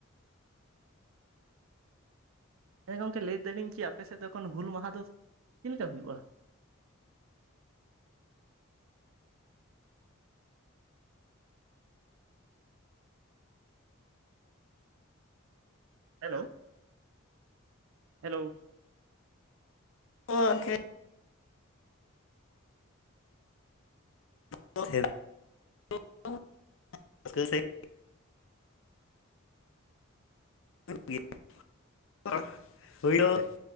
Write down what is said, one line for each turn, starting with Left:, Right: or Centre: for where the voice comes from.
Right: ᱦᱮᱸ ᱜᱚᱝᱠᱮ ᱞᱮᱭ ᱫᱟᱞᱤᱧ ᱠᱤ ᱟᱯᱮ ᱥᱮᱫ ᱫᱚ ᱮᱠᱷᱚᱱ ᱦᱩᱞ ᱢᱟᱦᱟ ᱫᱚ ᱪᱮᱫ ᱞᱮᱠᱟ ᱦᱩᱭᱩᱜᱼᱟ? Hello hello
Left: <unintelligible> <unintelligible> <unintelligible>